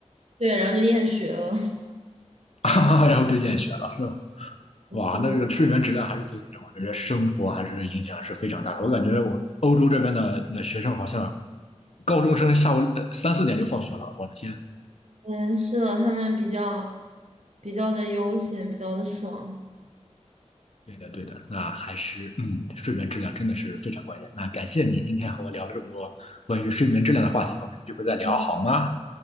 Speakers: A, on the right (about 65°); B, on the left (about 60°).
A: 对，然后就厌学了。<laughs>
B: <laughs> 然后就厌学了。
A: 嗯，
B: 哇，那这个睡眠质量还是对人我觉得生活还是影响是非常大的。我感觉我欧洲这边的那学生好像高中生下午呃三四点就放学了，我的天！
A: 嗯是的，他们比较比较的悠闲，比较的爽。
B: 对的，对的，那还是嗯，睡眠质量真的是非常关键。那感谢你今天和我聊了这么多关于睡眠质量的话题，我们有机会再聊好吗？
A: 嗯，